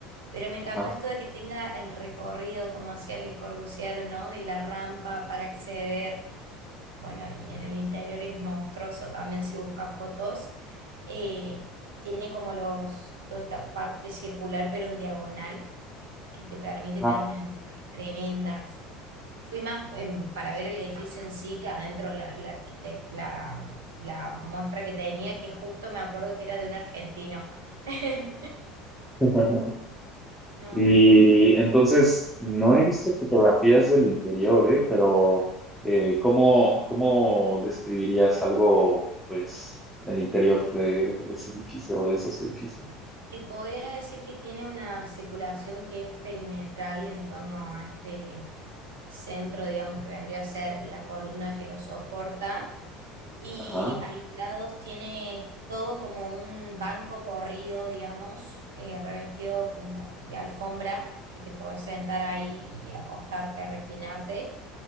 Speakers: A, on the right; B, in the centre.
A: pero me encantó
B: Ajá.
A: esto de que tenga el recorrido, como hacía Le Corbusier, ¿no? De la rampa para acceder. Bueno, y en el interior es monstruoso también si buscas fotos. Eh, tiene como los, toda esta parte circular, pero en diagonal, que te permite
B: Ajá.
A: tener unas vistas tremendas. Fui más em, para ver el edificio en sí que adentro la, la, arquitec- la, la muestra que tenía, que justo me acuerdo que era de un argentino. <laughs>
B: <laughs>
A: No.
B: Y entonces, no he visto fotografías del interior, ¿eh? Pero eh, ¿cómo, cómo describirías algo, pues, del interior de ese edificio o de esos edificios?
A: Y podría decir que tiene una circulación que es perimetral en torno a este centro, digamos, que vendría a ser la columna que lo soporta, y
B: Ajá.
A: a los lados tiene todo como un banco corrido, digamos, eh, revestido como de alfombra, que te puedes sentar ahí y acostarte, reclinarte,